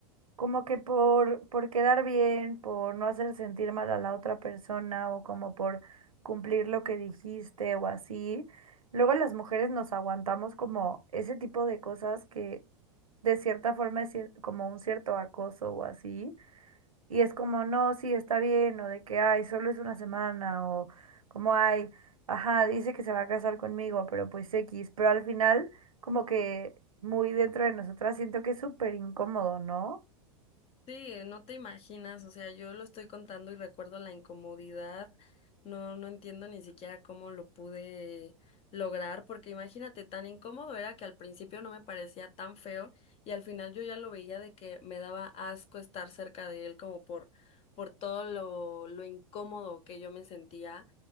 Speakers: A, on the right; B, on the left.
A: Como que por, por quedar bien, por no hacer sentir mal a la otra persona o como por cumplir lo que dijiste o así. Luego las mujeres nos aguantamos como ese tipo de cosas que de cierta forma es cier- como un cierto acoso o así. Y es como, no, sí, está bien, o de que, ay, solo es una semana, o como, ay, ajá, dice que se va a casar conmigo, pero pues X. Pero al final, como que muy dentro de nosotras siento que es súper incómodo, ¿no?
B: Sí, no te imaginas, o sea, yo lo estoy contando y recuerdo la incomodidad, no, no entiendo ni siquiera cómo lo pude lograr, porque imagínate, tan incómodo era que al principio no me parecía tan feo y al final yo ya lo veía de que me daba asco estar cerca de él como por, por todo lo, lo incómodo que yo me sentía,